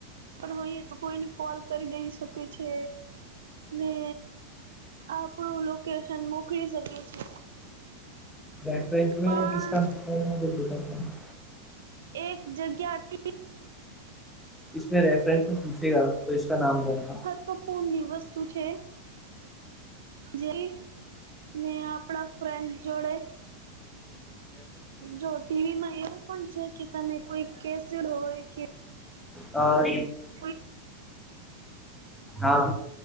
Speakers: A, on the right; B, in the centre.
A: પણ હોઈએ તો કોઈને કોલ કરી દઈ શકે છે ને. આપણું લોકેશન મોકલી શકે છે.
B: રફરેસ યા
A: પણ
B: કસ નામ લ દને <inaudible>
A: એક જગ્યા તી.
B: ઈસમે રેફરન્સ પૂછેગ તો ઈસકા નામ બોલના
A: આ ફોન ની વસ્તુ છે જે. ને આપણા ફ્રેન્ડ જોડે જો ટીવીમાં એવું પણ છે કે તમે કોઈ કેસિડ હોય કે.
B: અ.
A: કોઈ
B: હા